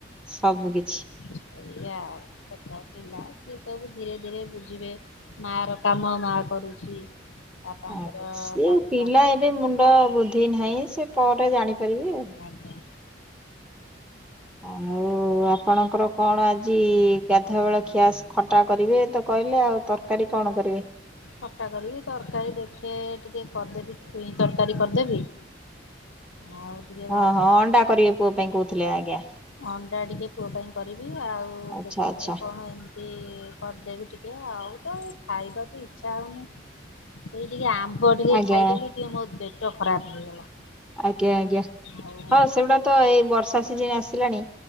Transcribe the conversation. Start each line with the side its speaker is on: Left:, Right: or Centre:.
Centre: ସବୁ କିିଛି।
Left: ହେଲା ଆଉ ଛୋଟ ପିଲା। ସେ ସବୁ ଧୀରେ ଧୀରେ ବୁଝିବେ ମା ର କାମ ମା କରୁଛି। ବାପାଙ୍କର
Centre: ଆଜ୍ଞା ସିଏ
Left: କାମ
Centre: ପିଲା
Left: ବାପା
Centre: ଏବେ ମୁଣ୍ଡ ବୁଦ୍ଧି ନାହିଁ ସେ ପରେ ଜାଣିପାରିବେ ଆଉ।
Left: ଆଜ୍ଞା।
Centre: ଆଉ ଆପଣଙ୍କର କଣ ଆଜି ଗାଧୁଆ ବେଳ ଖିଆସ ଖଟା କରିବେ ତ କହିଲେ ଆଉ ତରକାରୀ କଣ କରିବେ?
Left: ଖଟା କରିବି ତରକାରୀ ଦେଖେ ଟିକେ କରିଦେବି ଛୁଇଁ ତରକାରୀ କରିଦେବି। ଆଉ ଟିକେ ଭାବ
Centre: ହଁ ହଁ ଅଣ୍ଡା କରିବେ ପୁଅ ପାଇଁ କହୁଥିଲେ ଆଜ୍ଞା।
Left: ଅଣ୍ଡା ଟିକେ ପୁଅ ପାଇଁ କରିବି ଆଉ
Centre: ଆଚ୍ଛା
Left: ଦେଖ
Centre: ଆଚ୍ଛା
Left: କଣ ଏମ୍ ତି କରିଦେବି ଟିକେ ଆଉ ତ ଖାଇବାକୁ ଇଚ୍ଛା ହୋଉନି। ସେଇ ଟିକେ ଆମ୍ବ ଟିକେ
Centre: ଆଜ୍ଞା
Left: ଖାଇଦେଲି ଟିକେ ମୋ ପେଟ ଖରାପ ହେଇଗଲା।
Centre: ଆଜ୍ଞା ଆଜ୍ଞା
Left: ଆଉ
Centre: ହଁ ସେଗୁଡା ତ ଏଇ ବର୍ଷା ସିଜିନ୍ ଆସିଲାଣି